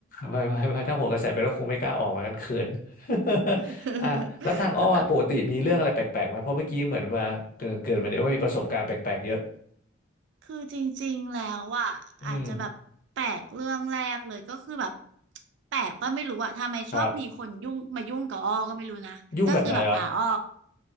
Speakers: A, on the left; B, on the right.
A: ไม่ไม่ไม่ถ้าโหนกระแสไปก็คงไม่กล้าออกเหมือนกันเขิน <laughs>
B: <laughs>
A: อ่ะแล้วทางอ้ออะปกติมีเรื่องอะไรแปลกๆไหมเพราะเมื่อกี้เหมือนมาเกินเกินมาเนี่ยว่ามีประสบการณ์แปลกๆเยอะ
B: จะต้อง คือจริงๆ แล้วอ่ะอาจจะแบบแปลกเรื่องแรกเลยก็คือแบบ
A: อืม
B: แปลกป่ะไม่รู้อ่ะทำไมชอบมีคนยุ่งมายุ่งกับอ้อก็ไม่รู้นะก็คือแบบอ่าอ้อ
A: ครับยุ่งแบบไหนเหรอ